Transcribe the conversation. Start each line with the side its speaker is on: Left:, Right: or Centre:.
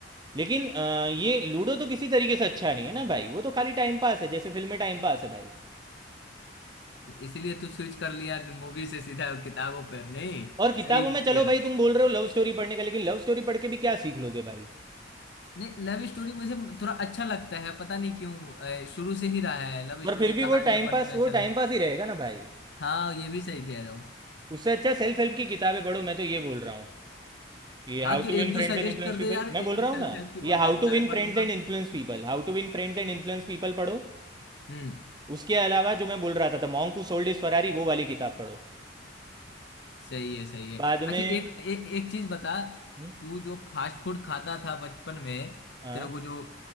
Right: लेकिन अ, ये लूडो तो किसी तरीके से अच्छा नहीं है ना भाई वो तो खाली टाइम पास है जैसे फिल्म में टाइम पास है भाई
Left: तो इसलिए तू स्विच कर लिया मूवी से सीधा किताबों पर नहीं
Right: और किताबों
Left: सही
Right: में
Left: किया
Right: चलो भाई तुम बोल रहे हो लव स्टोरी पढ़ने का लेकिन लव स्टोरी पढ़ के भी क्या सीख लोगे भाई
Left: नहीं लव स्टोरी मुझे थोड़ा अच्छा लगता है पता नहीं क्यों अ, शुरू से ही रहा है लव
Right: पर
Left: स्टोरी
Right: फिर भी
Left: कहानियां
Right: वो टाइम
Left: पढ़ने
Right: पास
Left: में
Right: वो
Left: अच्छा लगता
Right: टाइम पास ही रहेगा ना भाई
Left: हाँ ये भी सही कह रहे हो
Right: उससे अच्छा सेल्फ हेल्प की किताबें पढ़ो मैं तो ये बोल रहा हूँ ये
Left: हाँ
Right: how
Left: तो
Right: to win
Left: एक
Right: friends
Left: दो सजेस्ट
Right: and influence
Left: कर
Right: people
Left: दो यार
Right: मैं
Left: सेल्फ
Right: बोल रहा हूँ ना
Left: हेल्प की
Right: ये
Left: वो मैं
Right: how
Left: किताबें
Right: to win
Left: पढ़
Right: friends
Left: लूंगा
Right: and influence people how to win friends and influence people पढ़ो
Left: हम्म
Right: उसके अलावा जो मैं बोल रहा था the monk who sold his Ferrari वो वाली किताब पढ़ो
Left: सही है सही है
Right: बाद
Left: अच्छा
Right: में
Left: एक ए, एक चीज बता
Right: हम्म,
Left: तू जो फास्ट फूड खाता था बचपन में
Right: हाँ
Left: तेरे को जो